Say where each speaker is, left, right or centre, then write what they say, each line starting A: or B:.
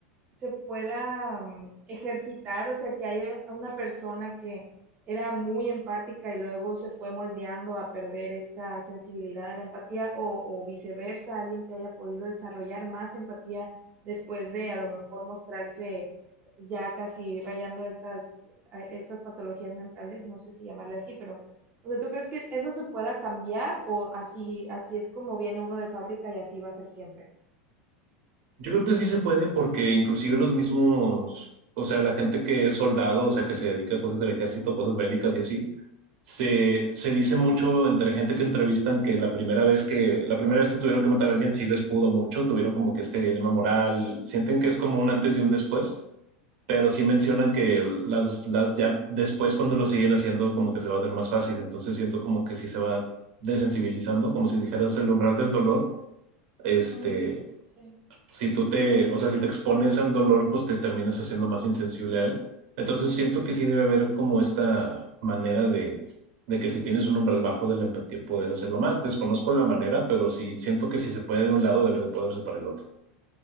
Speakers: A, on the right; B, on the right.
A: se pueda mm, ejercitar, o sea, que haya una persona que era muy empática y luego se fue moldeando a perder esta sensibilidad a la empatía o, o viceversa, alguien que haya podido desarrollar más empatía después de a lo mejor mostrarse ya casi rayando estas, a estas patologías mentales, no sé si llamarle así, pero, o sea, ¿tú crees que eso se pueda cambiar o así, así es como viene uno de fábrica y así va a ser siempre?
B: Yo creo que sí se puede porque inclusive los mismos, o sea, la gente que es soldado, o sea, que se dedica a cosas del ejército, cosas bélicas y así, se,
A: Ujú,
B: se dice mucho entre gente que entrevistan que la primera vez que, la primera vez que tuvieron que matar a alguien sí les pudo mucho, tuvieron como que este dilema moral, sienten que es como un antes y un después, pero sí mencionan que las, las ya después cuando lo siguen haciendo como que se va a hacer más fácil, entonces siento como que sí se va desensibilizando, como si dijeras el umbral del dolor este,
A: ujú, ujú, sí.
B: si tú te, o sea, si te expones al dolor, pues te terminas haciendo más insensible a él. Entonces siento que sí debe haber como esta manera de, de que si tienes un umbral bajo de la empatía, poder hacerlo más. Desconozco la manera, pero sí siento que si se puede de un lado, debe de poderse para el otro.